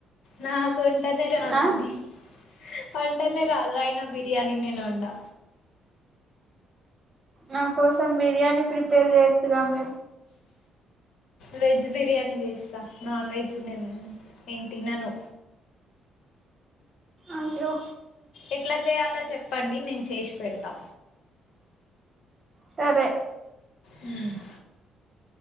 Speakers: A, on the left (about 75°); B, on the right (about 30°).
A: నాకు వంటనే రాదండి
B: ఆ
A: వంటనే రాదు అయినా బిర్యానీ నేను వండా
B: నా కోసం బిర్యానీ ప్రిపేర్ చేయొచ్చుగా మీమ్
A: వెజ్ బిర్యానీ చేస్తా నాన్ వెజ్ నేన్ నేను తినను
B: అయో
A: ఎట్లా చేయాలో చెప్పండి నేను చేసి పెడతా
B: సరే
A: ఉమ్